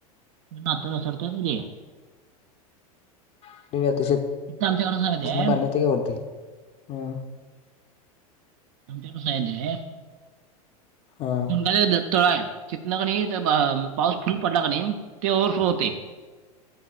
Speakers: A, on the right (about 60°); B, on the left (about 35°).
A: नात्याला सडता की रे.
B: <unintelligible> तिथनं
A: तिथं आमच्याकडे सांगत आहे
B: पाणीत येते का वरती हम्म.
A: आमच्या कसा आहे दे?
B: हम्
A: तळा आहे तितन कणी पाऊस फुल पडला कनी ते ओरसो होतेय.